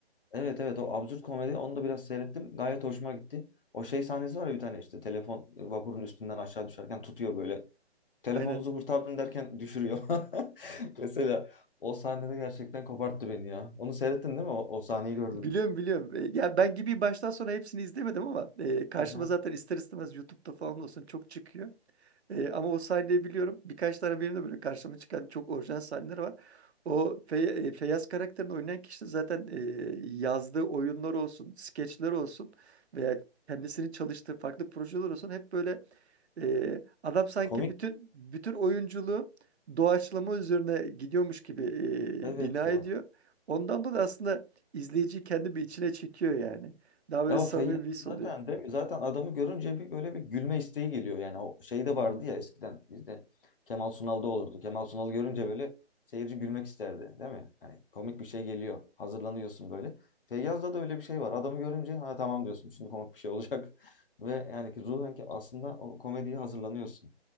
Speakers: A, on the left; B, on the right.
A: Evet evet o absürt komedi onu da biraz seyrettim. Gayet hoşuma gitti. O şey sahnesi var ya bir tane işte telefon e, vapurun üstünden aşağı düşerken tutuyor böyle. Telefonunuzu
B: Aynen.
A: kurtardım derken düşürüyor. <laughs> Mesela o sahnede gerçekten koparttı beni ya. Onu seyrettin değil mi? O, o sahneyi gördüm.
B: Biliyorum biliyorum. E, ya ben gibi baştan sona hepsini izlemedim ama e, karşıma
A: Hı hı.
B: zaten ister istemez YouTube'da falan olsun çok çıkıyor. E, ama o sahneyi biliyorum. Birkaç tane benim de böyle karşıma çıkan çok orijinal sahneler var. O Fe- e, Feyyaz karakterini oynayan kişi de zaten e, yazdığı oyunlar olsun, skeçler olsun veya kendisinin çalıştığı farklı projeler olsun hep böyle e, adam sanki
A: Komik.
B: bütün bütün oyunculuğu doğaçlama üzerine gidiyormuş gibi e,
A: Evet
B: bina
A: ya.
B: ediyor. Ondan dolayı aslında izleyiciyi kendi bir içine çekiyor yani. Daha böyle
A: Ya
B: samimi
A: Feyyaz
B: bir his
A: zaten
B: oluyor.
A: değil mi? Zaten adamı görünce bir böyle bir gülme isteği geliyor. Yani o şey de vardı ya eskiden bizde Kemal Sunal'da olurdu. Kemal Sunal görünce böyle seyirci gülmek isterdi değil mi? Hani komik bir şey geliyor. Hazırlanıyorsun böyle. Feyyaz'da da öyle bir şey var. Adamı görünce ha tamam diyorsun. Şimdi komik bir şey olacak. <laughs> Ve yani ki ruhen ki aslında o komediye hazırlanıyorsun.